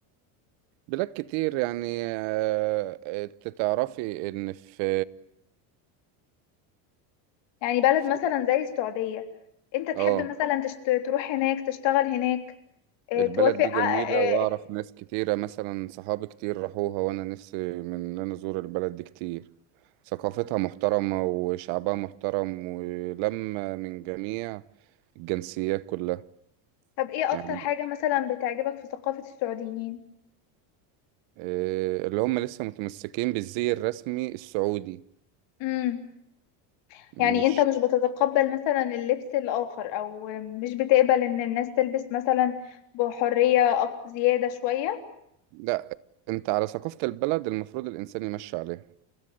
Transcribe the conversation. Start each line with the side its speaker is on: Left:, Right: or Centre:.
Right: بلاد كتير يعني آه، انت تعرفي ان في
Left: يعني بلد
Right: في-
Left: مثلا زي السعودية أنت تحب
Right: اه
Left: مثلا تشت... تروح هناك تشتغل هناك آه،
Right: البلد
Left: توافق
Right: دي جميلة
Left: آه، آه،
Right: واعرف ناس كتيرة مثلا صحابي كتير راحوها وانا نفسي من ان انا ازور البلد دي كتير ثقافتها محترمة وشعبها محترم ولما من جميع الجنسيات كلها
Left: طب ايه اكتر
Right: يعني
Left: حاجة مثلا بتعجبك في ثقافة السعوديين
Right: آه، اللي هم لسه متمسكين بالزي الرسمي السعودي
Left: امم
Right: مش
Left: يعني انت مش بتتقبل مثلا اللبس الاخر او مش بتقبل ان الناس تلبس مثلا بحرية أك- زيادة شوية
Right: لا انت على ثقافة البلد المفروض الانسان يمشي عليها